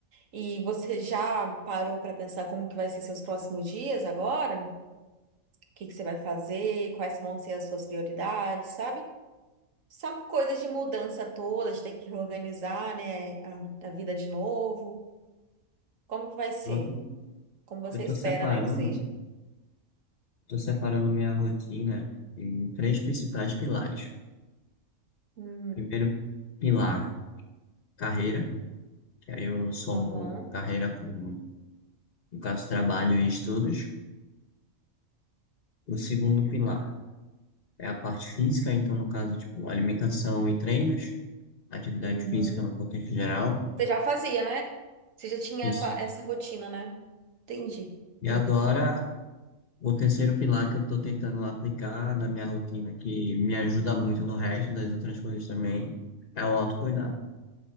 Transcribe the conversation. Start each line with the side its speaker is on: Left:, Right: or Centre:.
Right: E você já parou para pensar como que vai ser seus próximos dias agora? O que que você vai fazer? Quais vão ser as suas prioridades, sabe? São coisas de mudança toda, de ter que reorganizar, né? A, a vida de novo. Como que vai ser?
Left: Eu
Right: Como você
Left: eu tô
Right: espera,
Left: separando,
Right: né, que seja?
Left: tô separando minha rotina em três principais pilares.
Right: Hum,
Left: Primeiro pilar, carreira. que aí eu somo
Right: Aham.
Left: carreira com, no caso, trabalho e estudos. O segundo pilar é a parte física, então, no caso, tipo, alimentação e treinos, atividade
Right: Uhum.
Left: física no contexto geral.
Right: Você já fazia, né? Você já tinha
Left: Isso.
Right: essa, essa rotina, né? Entendi.
Left: E
Right: Hum,
Left: agora, o terceiro pilar que eu estou tentando aplicar na minha rotina, que me ajuda muito no resto das outras coisas também, é o autocuidado.